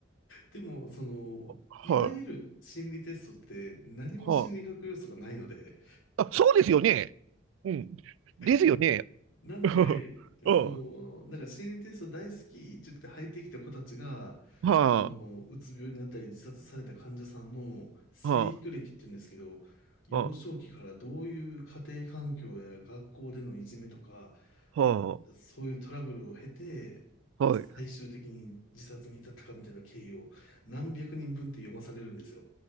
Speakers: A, on the left; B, on the right.
A: でも、その、
B: はい、
A: いわゆる心理テストって何も心理学要素がないので、
B: はい。あ、そうですよね。うん。ですよね。
A: んなので、
B: <laughs>
A: その、
B: うん。
A: なんか心理テスト大好きって言って入ってきた子たちが、
B: はあ、
A: あの、うつ病になったり自殺された患者さんの生育歴って言うんですけど、
B: はあ、
A: 幼少期からどういう家庭環境や学校でのいじめとか、
B: はあ、は
A: そういうトラブルを経て、
B: あ、はい。
A: 最終的に自殺に至ったかみたいな経緯を何百人分って読まされるんですよ。